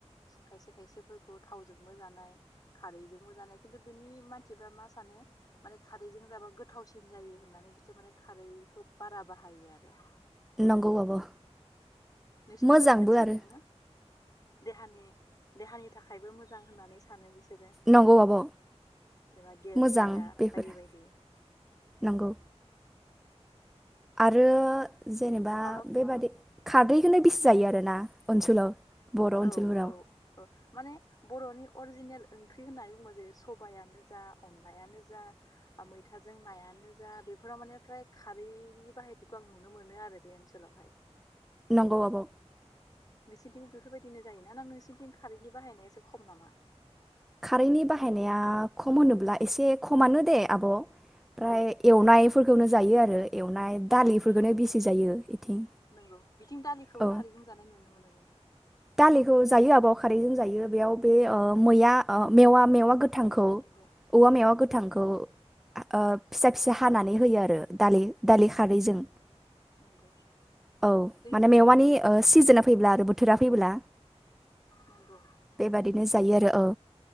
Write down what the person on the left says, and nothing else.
खायसे खायसेफोरखौ थावजोंबो जानाय खारैजोंबो जानाय खिन्थु बेनि मानसिफ्रा मा सानो? माने खारैजों जाबा गोथावसिन जायो होननानै बिसोर माने खारैखौ बारा बाहायो आरो
नोंसिनिथिं
बेफोर बादि सोलियो
ना? देहानि देहानि थाखायबो मोजां होननानै सानो बि सोरो।
जेनेबा गेस
जाया
बायदि बायदि।
माबा
औ औ ओ माने बर'नि अरिजिनेल ओंख्रि होननानै बुंङोब्ला जेरै सबायानो जा अनलायानो जा मैथाजों नायानो जा बेफोराव माने फ्राय खारैनि बाहायथिखौ आं नुनो मोनो आरो बे ओनसोलावहाय।
नोंसोरनिथिंबो बेफोरबायदिनो जायोना ना नोंसोरनिथिं खारैनि बाहायनाया एसे खम नामा?
औ
नंगौ
नंगौ बिथिं दालिखौबो
खारैजों जानाय नुनो मोनो जों।
नंगौ
नंगौ
नंगौ
जोंथिंबो
बिदिनो
नंगौ